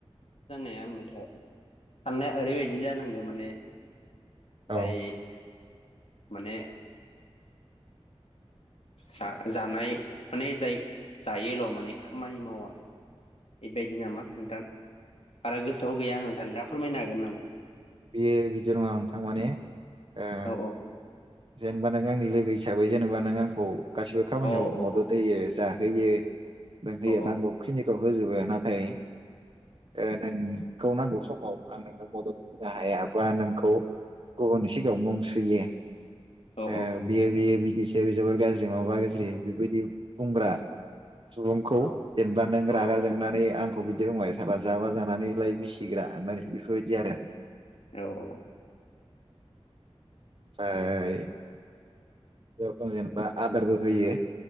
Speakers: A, on the left; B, on the right.
A: जानाया मबाथाय साननाया ओरैबायदि जानागो माने जाय
B: औ
A: माने सा जानाय माने जाय जायोल' माने खामानि मावा बेबायदि नामा नोंथां बारा गोसोआव गैया आं नोंथां दा फोरमायनो हागोन नामा?
B: बियो बिदि नङा नोंथां माने ओ
A: औ औ
B: जेनबा नों आंनि लोगो हिसाबै जेनेबा नों आंखौ गासिबो खामानियाव
A: औ
B: मदद
A: औ
B: होयो जा होयो जों होयो
A: औ
B: नांगौ खिनिखौ होजोबो नाथाय ओ नों खौ नांगौ समाव आं नोंनो मदद होनो हाया बा नोंखौ गुबनि सिगाव मुं सुयो
A: औ
B: ओ बियो बियो बिदिसो जोबोर गाज्रि माबा गाज्रि बेबायदि बुंग्रा सुबुंखौ
A: औ
B: जेनेबा नों
A: औ
B: रागा जोंनानै आं खौ बिदि बुंबाय सारबा जाबा जानानै लाय बिसिग्रा होननानै बेफोरबायदि आरो।
A: औ औ।
B: ओइ। जथं जेनेबा आदारबो होयो